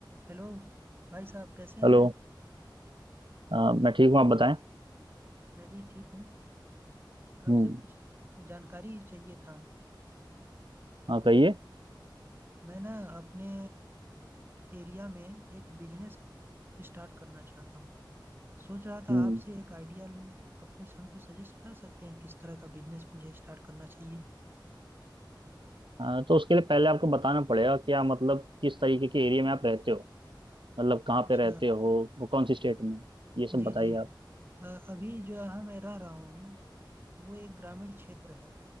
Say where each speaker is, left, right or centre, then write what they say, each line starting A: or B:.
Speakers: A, on the right; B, on the right.
A: हेलो भाई साहब कैसे हैं
B: हेलो अ, मैं ठीक हूँ आप बताएं
A: मैं भी ठीक हूँ
B: हम्म
A: आपसे कुछ जानकारी चाहिए था हमको
B: हाँ कहिए
A: मैं ना अपने एरिया में एक बिजनेस स्टार्ट करना चाहता हूँ सोच रहा था
B: हम्म
A: आपसे एक आइडिया लूँ आप कुछ हमको सजेस्ट कर सकते हैं किस तरह का बिजनेस मुझे स्टार्ट करना चाहिए
B: अ, तो उसके लिए पहले आपको बताना पड़ेगा कि आप मतलब किस तरीके के एरिया में आप रहते हो मतलब कहाँ
A: अच्छा
B: पे रहते हो वो कौन सी स्टेट में ये सब
A: जी
B: बताइए
A: जी
B: आप
A: अ, अभी जो यहाँ मैं रह रहा हूँ वो एक ग्रामीण क्षेत्र है